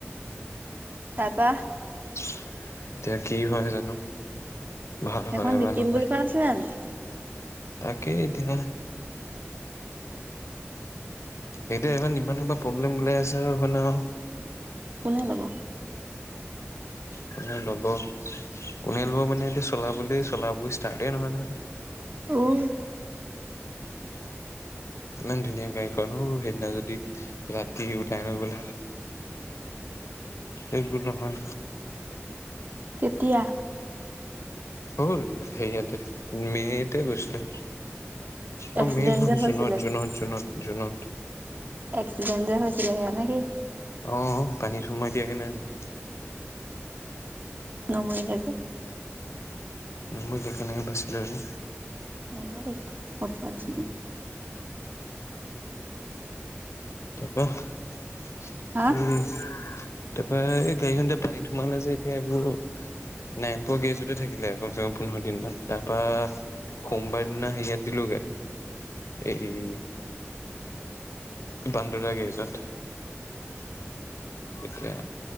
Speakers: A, on the right; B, on the left.
A: তাৰপা
B: <inaudible> এতিয়া কি হয় জানো। ভাল
A: সেইখন
B: হয়
A: বিকিম
B: বা নহয়,
A: বুলি কোৱা নাছিলে জানো?
B: তাকেই এতিয়া এতিয়া এইমান ইমান সবা প্ৰব্লেম ওলাই আছো।
A: কোনে ল'ব।
B: কোনে ল'ব, কোনে ল'ব মানে এতিয়া চলাবলে চলাব ষ্টাৰ্টেই নহয়, নহয়।
A: অ'।
B: ইমান ধুনীয়া গাড়িখন, উ সেইদিনা যদি ৰাতি উঠাই ন গ'লে। এইবুলো হয়।
A: তেতিয়া
B: হ'ল সেয়াতে মেতে গৈছিলো অ
A: এক্সিডেণ্ট
B: মেইন হ
A: যে হৈছিলে
B: জুনত জুনত জুনত জুনত
A: এক্সিডেণ্ট যে হৈছিলে সেয়া নে কি
B: অ পানীত সোমাই দিয়া কেনে জানো
A: নমল দিছোঁ
B: নমই কেনেকে বাচিলে আৰু
A: মৰিব দেই কত পজ
B: তাপা উম
A: হা
B: তাৰপৰা এই গাড়ীখন যে এতিয়া পানীত সোমালে যে এতিয়া এইবোৰ নাই পোৱা গেৰেজতে থাকিলে কমচে কম পোন্ধৰ দিন মান তাৰপৰা সোমবাৰ দিনা সে ইয়াত দিলোগে এই বান্দোৰা গেৰেজত এতিয়া